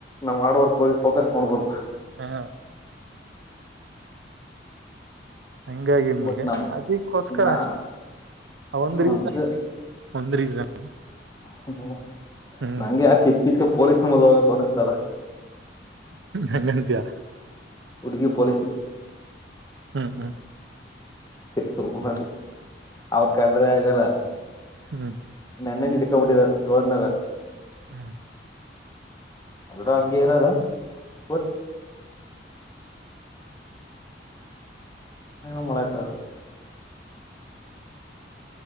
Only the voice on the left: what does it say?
ನಮ್ ಹಾರ್ಡ್ ವರ್ಕ್ ಬಗ್ಗೆ ಫೋಕಸ್ ಮಾಡ್ಬಹದು
ಮೌನ
ಬಟ್ ನಮ್
ನಾ
ಅದ
ಹ್ಮ್ಮ
ನಂಗೆ ಯಾ ಕಿತ್ತ ಕಿತ್ಕ ಪೊಲೀಸ್ ಕನಿಸತಲ್ಲ
ಉಡುಗಿ ಪೊಲೀಸ್
ಸುಮ್ಮನೆ ಅವ್ರ ತಂದ್ರೆ ಆಗಲ್ಲ
ನೆನ್ನೆ ಹಿಡ್ಕೊಬಿಟ್ಟಿದಿದೆ ಏಳನ
ಎಲ್ರೂ ಹಂಗಗೆ ಇರಲ್ಲ ಬಟ್ ಏನುೂ ಮಾಡಕ್ ಆಾಗಲ್ಲ